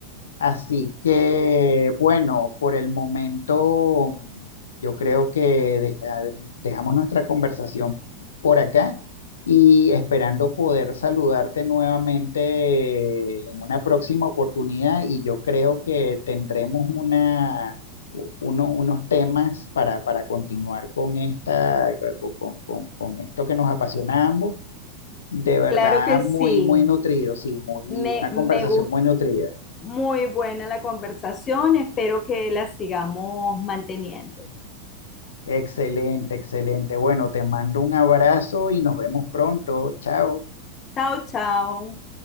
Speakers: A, on the left (about 65°); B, on the left (about 25°).
A: Así que, bueno, por el momento mm, yo creo que deja- dejamos nuestra conversación por acá y esperando poder saludarte nuevamente en una próxima oportunidad y yo creo que tendremos una, u- uno- unos temas para, para continuar con esta, con, con- con- con esto que nos apasiona a ambos. De verdad,
B: Claro que
A: muy,
B: sí.
A: muy nutrido, sí, muy,
B: Me,
A: una
B: me
A: conversación
B: gustó
A: muy nutrida.
B: muy buena la conversación. Espero que la sigamos manteniendo.
A: Excelente, excelente. Bueno, te mando un abrazo y nos vemos pronto. Chao.
B: Chao, chao.